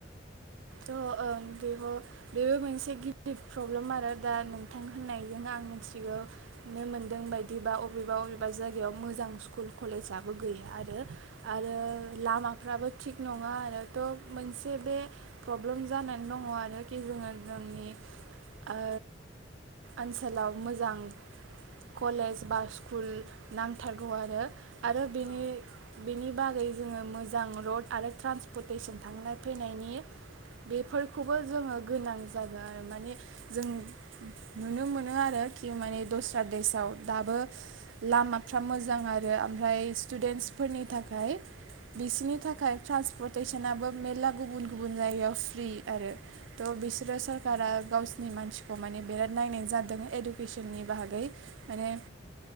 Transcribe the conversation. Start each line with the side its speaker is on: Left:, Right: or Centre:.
Right: ओं बेहो बेबो मोनसे गिदिर प्रब्लेम आरो दा नोंथां होननायजों आं आं मिथिगौ नुनो मोन्दों बायदिबा अबेबा अबेबा जायगायाव मोजां स्कुल कलेजाबो गैया। आरो आरो
Left: औ
Right: लामाफ्राबो थिग नङा आरोथ' मोनसे बे प्रब्लेम जानानै दङ आरोखि जोङो जोंनि ओ ओनसोलाव मोजां कलेज बा सु कुल नांथारगौ आरो आरो
Left: औ
Right: बेनि बेनि बागै जोङो मोजां रड आरो ट्रान्सपर्टेसन थांनाय फैनायनि बेफोरखौबो जोङो गोनां जागोन आरो माने जों नुनो मोनो आरोखि माने दस्रा देसाव दाबो लामा फ्रा मोजां आरो ओमफ्राय स्टुडेन्सफोरनि
Left: उम
Right: थाखाय बिसिनि थाखाय ट्रान्सपर्टेसनाबो मेरला गुबुन गुबुन जायगायाव फ्रि आरो
Left: उम
Right: थ' बिसोरो सरकारा
Left: नंगौ
Right: गावसिनि मानसिखौ माने बिराद नायनाय जादों एडुकेसननि बागै माने
Left: उम